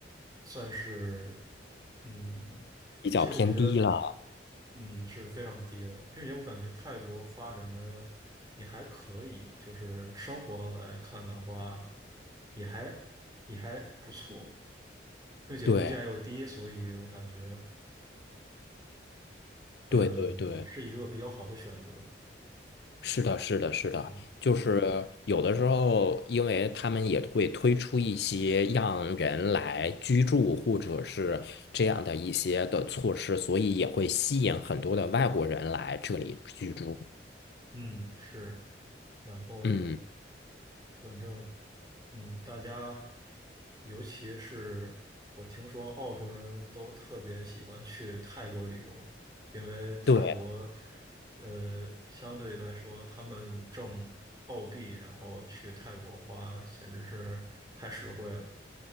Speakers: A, on the right; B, on the left.
A: 算是嗯，
B: 比较偏低了。
A: 其实我觉得嗯是非常低的，并且我感觉泰国发展的也还可以，就是生活来看的话，也还也还不错，并且物价又低，
B: 对
A: 所以我感觉嗯是一个比较好的选择。
B: 对对对，是的，是的，是的，
A: 嗯
B: 就是有的时候，因为他们也会推出一些让人来居住或者是这样的一些的措施，所以也会吸引很多的外国人来这里居住。
A: 嗯是。然后
B: 嗯，
A: 反正嗯，大家尤其是我听说澳洲人都特别喜欢去泰国旅游，因为泰国
B: 对，
A: 呃相对来说他们挣澳币，然后去泰国花简直是太实惠了。